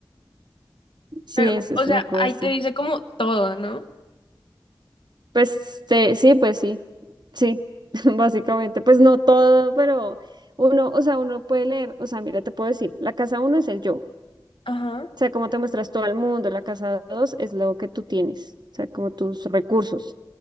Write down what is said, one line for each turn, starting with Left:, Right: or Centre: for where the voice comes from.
Right: Sí,
Left: Pero,
Right: eso es
Left: o sea,
Right: loco
Left: ahí
Right: eso.
Left: te dice como todo, ¿no?
Right: Pues este, sí, pues sí, sí, <laughs> básicamente, pues no todo, pero uno, o sea, uno puede leer, o sea, mira, te puedo decir, la casa uno es el yo, o
Left: Ajá.
Right: sea, cómo te muestras todo el mundo, la casa dos es lo que tú tienes, o sea, como tus recursos.